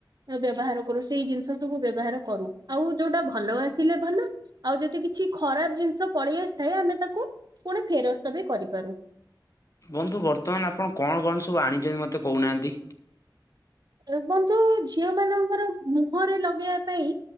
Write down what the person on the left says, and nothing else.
ବନ୍ଧୁ ବର୍ତ୍ତମାନ ଆପଣ କଣ କଣ ସବୁ ଆଣିଚନ୍ତି ମତେ କୋହୁନାହାନ୍ତି।